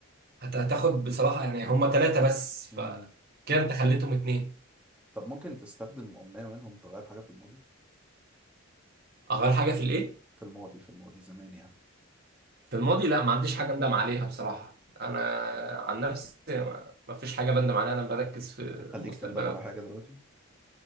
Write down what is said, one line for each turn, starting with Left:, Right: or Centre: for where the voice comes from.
Right: هت- هتاخد بصراحة يعني هما ثلاثة بس ف
Centre: امم
Right: كده انت خليتهم اتنين
Centre: طب ممكن تستخدم امنية منهم تغير حاجة في الماضي
Right: اغير حاجة في الايه
Centre: في الماضي في الماضي زمان يعني
Right: في الماضي لا ما عنديش حاجة اندم عليها بصراحة انا عن نفسي ما ما فيش حاجة بندم عليها انا بركز في المستقبل
Centre: اخليك تندم
Right: أكتر.
Centre: على حاجة دلوقتي